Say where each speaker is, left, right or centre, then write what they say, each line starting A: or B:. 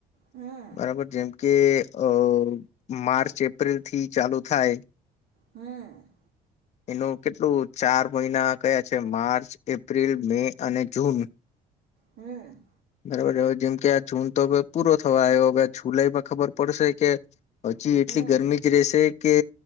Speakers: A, on the right; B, on the left.
A: હમ
B: બરાબર જેમ કે અ માર્ચ એપ્રિલ થી ચાલુ થાય
A: હમ.
B: એનું કેટલું ચાર મહિના કયા છે, માર્ચ, એપ્રિલ, મે અને જૂન
A: હમ
B: બરોબર જેમ કે આ જુન તો હવે પૂરો થવા આયો હવે જુલાઈ માં ખબર પડશે કે હજી એટલી
A: હમ
B: ગરમી જ રહેશે કે